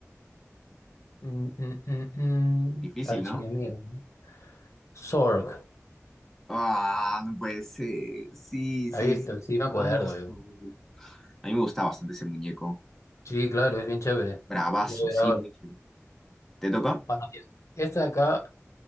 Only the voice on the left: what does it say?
Mm, mm, mm, mm.
Archienemigo,
¿no? Zorg.
Ahí
está,
sí me acuerdo
yo.
Sí, claro, es bien chévere.
Ya ver
ahora.
Ahora, mira, esta de acá,